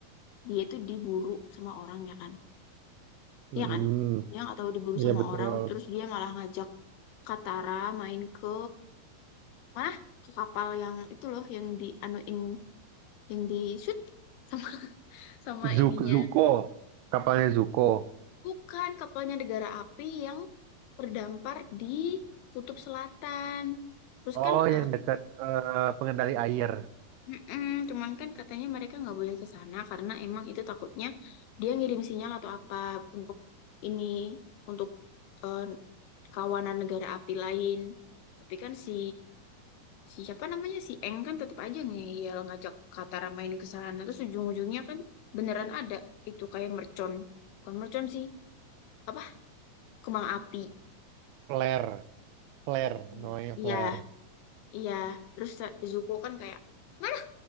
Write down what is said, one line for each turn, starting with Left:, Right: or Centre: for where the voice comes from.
Left: dia tuh diburu sama orang ya kan
Right: Mm-mm.
Left: Iya kan dia nggak tahu diburu
Right: Iya
Left: sama
Right: betul.
Left: orang terus dia malah ngajak Katara main ke mana ke kapal yang itu loh yang di anuin yang di shoot sama <laughs> sama
Right: Zuk
Left: ininya
Right: Zuko, kapalnya Zuko.
Left: bukan kapalnya negara api yang terdampar di Kutub Selatan terus
Right: Oh,
Left: kan eh,
Right: yang dekat eh, pengendali air.
Left: Mm-mm, cuman kan katanya mereka nggak boleh ke sana karena emang itu takutnya dia ngirim sinyal atau apa untuk ini untuk eh, kawanan negara api lain. Tapi kan si si siapa namanya si Eng kan tetap aja ngeyel ngajak Katara main ke sana. Terus ujung-ujungnya kan beneran ada itu kayak mercon. Bukan mercon sih. Apa? Kembang api.
Right: Flare, flare,
Left: Hmm.
Right: namanya
Left: Iya,
Right: flare.
Left: iya. Terus eh, Zuko kan kayak, mana?